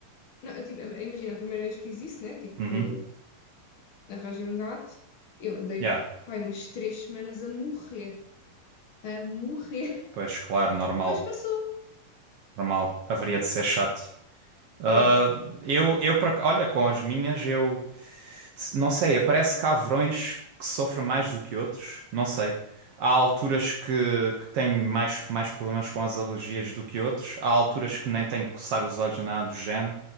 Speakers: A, on the left (about 60°); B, on the right (about 70°).
A: Não, eh, tipo, eh, imagina, a primeira vez que fiz isso, né? Tipo,
B: Uhum.
A: que arranjei um gato, eu andei,
B: Yeah.
A: pai, umas três semanas a morrer, a morrer, <laughs>
B: Pois, claro, normal.
A: mas passou.
B: Normal. Haveria de ser chato. Ah,
A: Yeah.
B: eu, eu, pra- olha, com as minhas, eu não sei, aparece cavrões que sofrem mais do que outros, não sei. Há alturas que, que tenho mais, mais problemas com as alergias do que outros, há alturas que nem tenho que coçar os olhos nem nada do género.